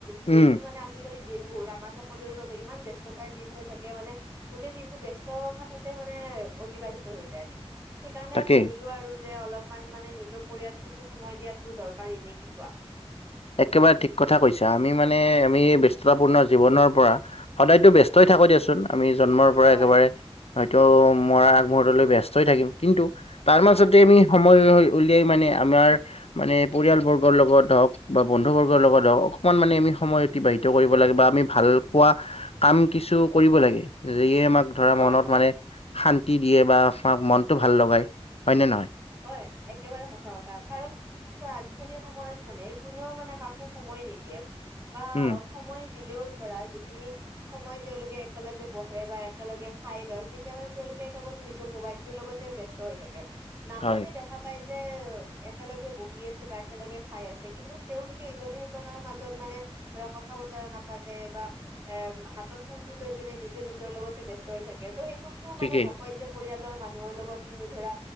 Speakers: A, on the right; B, on the left.
A: যিহেতু
B: উম,
A: মানে আজিকালি দিনবোৰ আমাৰ সকলোৰে বাবে ইমান ব্যস্ততাৰ দিন হৈ থাকে মানে গোটেই দিনটো ব্যস্ত থাকোতে মানে অতিবাহিত হৈ যায়। সেইকাৰণে
B: তাকেই।
A: ভাবিলো আৰু যে অলপমান মানে নিজৰ পৰিয়ালটোকো সময় দিয়াতটো দৰকাৰী নে কি কোৱা?
B: একেবাৰে ঠিক কথা কৈছা। আমি মানে আমি ব্যস্ততাপূৰ্ণ জীৱনৰ পৰা সদায়তো ব্যস্তই থাকো দিয়াচোন আমি জন্মৰ পৰা
A: হয়
B: একেবাৰে হয়তো মৰাৰ আগমহূৰ্তলৈ ব্যস্তই থাকিম কিন্তু তাৰ মাজতে
A: হয়
B: আমি সময় উলিয়াই মানে আমাৰ মানে পৰিয়ালবৰ্গৰ লগত হওক বা বন্ধু বৰ্গৰ লগত হওক অকমান মানে আমি সময় অতিবাহিত কৰিব লাগে বা আমি ভাল পোৱা কাম কিছু কৰিব লাগে যিয়ে আমাক ধৰা
A: হয়
B: মনত
A: হয়
B: মানে শান্তি দিয়ে বা আমাক মনটো ভাল লগাই হয় নে নহয়?
A: হয় একেবাৰে সঁচা কথা কাৰণ চোৱা আজিকালি সময়ত মানে কোনেও মানে কাকো সময় নিদিয়ে বা
B: উম।
A: সময় দিলেও ধৰা যিখিনি সময় তেওঁলোকে একেলগে বহে বা একেলগে খাই লয় তেতিয়া মানে তেওঁলোকে কেৱল নিজৰ মোবাইল টোৰ লগতে ব্যস্ ত হৈ থাকে নামতে
B: হয়
A: দেখাত পাই যে একেলগে বহি আছে বা একেলগে খাই আছে কিন্তু তেওঁলোকে ইজনে সিজনৰ মাজত মানে ধৰা কথা বতৰা নাপাতে বা এ হাতত ফোনটো লৈ পিনে নিজে নিজৰ লগতে ব্যস্ত হৈ থাকে ত' সেইটো টো
B: ঠিকেই
A: মানে নকয় যে পৰিয়ালৰ মানুহৰ লগত তুমি ধৰা